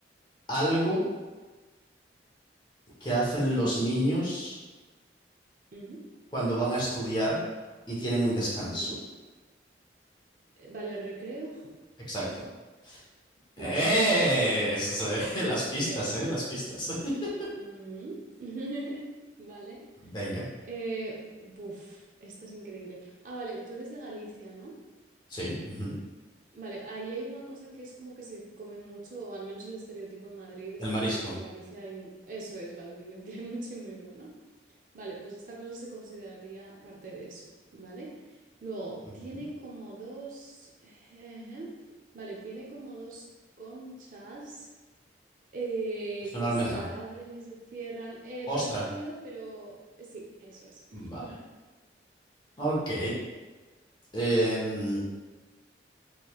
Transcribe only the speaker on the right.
Ujú,
ujú,
ujú. Eh, Vale, recreo.
Vale. <laughs>
Ok.
Mm. <laughs> Vale.
Eh, buf, esta es increíble. Ah, vale, tú eres de Galicia, ¿no?
Vale, ahí hay una cosa que es como que se come mucho, o al menos el estereotipo en Madrid es
que en Galicia hay... mu- Eso es, vale, que digo que hay <laughs> mucho y muy bueno. Vale, pues esta cosa se consideraría parte de eso, ¿vale? Luego,
tiene como dos... ejé, Vale, tiene como dos conchas eh,
que
se abren y se cierran. eh, parecido,
pero... eh, Sí, eso es. <laughs>